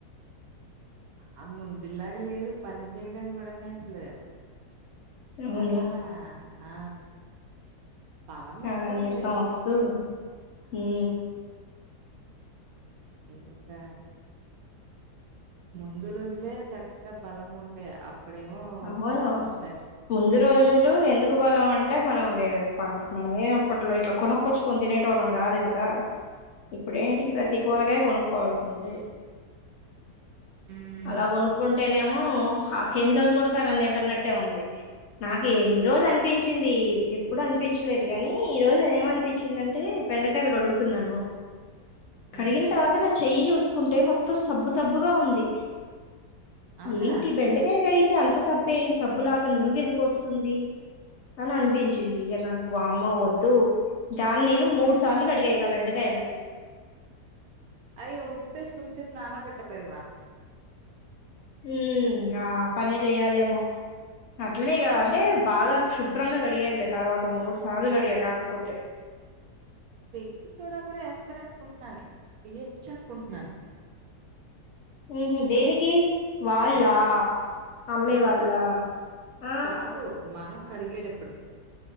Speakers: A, on the right (about 70°); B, on the left (about 80°).
A: ఆ ముందులాగ లేదు పని చేయడం కూడానే అసలు
B: అవును
A: చాలా ఆ బలం
B: చాలా
A: ఎక్కడుంది
B: నీరసం వస్తూ
A: ఆ
B: హు
A: ఇదొక ముందు రోజులే చక్కగా బలంగా ఉండే అప్పుడేమో
B: అవును
A: సర
B: ముందు రోజులు ఎందుకు బలం అంటే మనం మనమ ఏ అప్పట్లో ఇట్లా కొనక్కొర్చుకని తినేటోల్లం గాదు కదా ఇప్పుడేంటికి ప్రతికూరగాయ కొనుక్కోవాల్సిందే
A: మ్మ్
B: అలా కొనుక్కుంటేనేమో ఆ కెమికల్స్ కూడా సగం తింటున్నట్టే ఉంది నాకు ఈ రోజు అనిపించింది ఎప్పుడు అనిపించలేదు కాని ఈ రోజు ఏమనిపించిందంటే బెండకాయలు కడుగుతున్నాను కడిగిన
A: మ్మ్
B: తర్వాత నా చెయ్యి చూసుకుంటే మొత్తం సబ్బు సబ్బుగా ఉంది
A: అవునా
B: ఏంటి బెండకాయలు కడిగితే అంత సబ్బేంటి సబ్బులాగా నురుగెందుకు వస్తుంది అని అనిపించింది ఇక నాకు వామ్మో వద్దు దాన్ని నేను మూడు సార్లు కడిగా ఇగ బెండకాయల్ని
A: అయ్యో ఉప్పేసి కొంచెం సేపు నానబెట్టపోయావా
B: హుమ్ ఇగ ఆ పనే చెయ్యాలేమో అట్లనే ఇగ అంటే బాగా శుభ్రంగా కడిగానులే తర్వాత మూడు సార్లు కడిగా కాకపోతే
A: బేకింగ్ సోడా కూడా వేస్తారు అనుకుంటున్నాను వేయొచ్చు అనుకుంటున్నాను
B: ఉహూ దేనికి వాళ్ళా
A: ద
B: అమ్మేవాళ్ళా
A: కాదు
B: ఆ
A: కాదు మనం కడిగేటప్పుడు